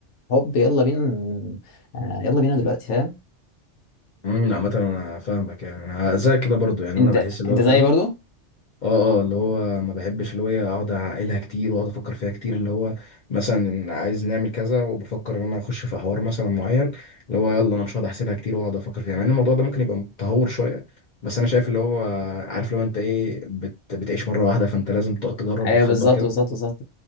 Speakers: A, on the left (about 80°); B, on the left (about 50°).
A: هوب يلا بينا ن- آه، يلا بينا دلوقتي فاهم
B: امم عامه انا فاهمك يعني انا زي كده برضو يعني
A: انت
B: انا بحس اللي
A: انت
B: هو فاهم
A: زيي برضو
B: اه اه اللي هو ما بحبش اللي هو إيه اقعد اعقلها كتير واقعد افكر فيها كتير اللي هو مثلا عايز نعمل كذا وبفكر ان انا اخش في حوار مثلا معين اللي هو يلا انا مش هقعد احسبها كتير واقعد افكر فيها مع ان الموضوع ده ممكن يبقى متهور شويه بس انا شايف اللي هو عارف لو انت ايه بت بتعيش مره واحده فانت لازم تقعد تجرب
A: ايوه
B: وتخبط
A: بالظبط
B: كده
A: بالظبط بالظبط